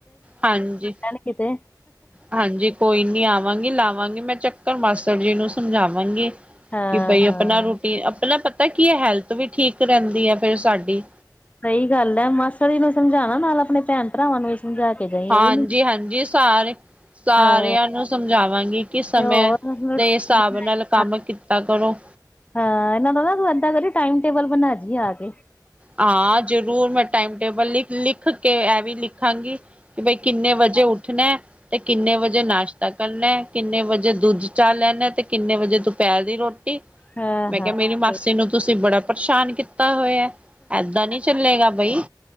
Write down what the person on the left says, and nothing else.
ਕੈਨ ਕਿਤੇ
ਹਾਂ,
ਹਾਂ,
ਸਈ ਗੱਲ ਐ ਮਾਸੜ ਜੀ ਨੂੰ ਸਮਝਾਨਾ ਨਾਲ ਆਪਨੇ ਭੈਨ ਭਰਾਵਾਂ ਨੂੰ ਸਮਜਾ ਕੇ ਜਾਈ।
ਇਹ ਵੀ ਨੀ
ਹਾਂ,
ਤੇ ਹੋਰ ਰੋਟੀ
ਬਣਾਈ।
ਹਾਂ ਏਨਾਂ ਦਾ ਨਾ ਤੂੰ ਏਦਾਂ ਕਰੀ ਟਾਈਮ ਟੇਬਲ ਬਨਾ ਜੀ ਆ ਕੇ।
ਹਾਂ,
ਹਾਂ।
ਸਹੀ